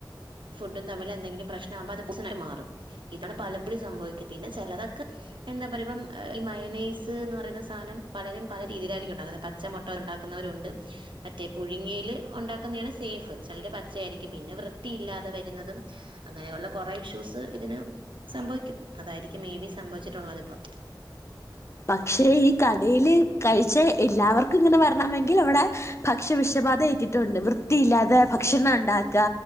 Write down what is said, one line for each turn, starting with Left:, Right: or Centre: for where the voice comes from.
Right: ഫുഡും തമ്മിൽ എന്തെങ്കിലും പ്രശ്നമാവുമ്പ അത് <unintelligible> ആയി മാറും. ഇതാണ് പലപ്പൊഴും സംഭവിക്ക പിന്നെ ചെലതൊക്കെ എന്താ പറയുമ്പം ഈ മയനൈസ് എന്ന് പറയുന്ന സാനം പലരും പല രീതിയിലായിരിക്കും ഉണ്ടാകുന്നത് പച്ചമൊട്ട ഉണ്ടാക്കുന്നവരുണ്ട്. മറ്റേ പുഴുങ്ങിയിൽ ഉണ്ടാക്കുന്നേയാണ് സേഫ്. ചെലര് പച്ചയായിരിക്കും. പിന്നെ വൃത്തിയില്ലാ തെ വരുന്നതും അങ്ങനയുള്ള കുറെ ഇഷുസ് ഇതിന് സംഭവിക്കും. അതായിരിക്കും മേബി സ്‌ സംഭവിച്ചിട്ടുള്ളത് ഇപ്പൊ.
Left: പക്ഷെ ഈ കടയില് കഴിച്ച എല്ലാവർക്കും ഇങ്ങനെ വരണമെങ്കിൽ അവിടെ ഭക്ഷ്യവിഷബാധ ഏറ്റിട്ടുണ്ട്. വൃത്തിയില്ലാതെ ഭക്ഷണം ഉണ്ടാക്ക.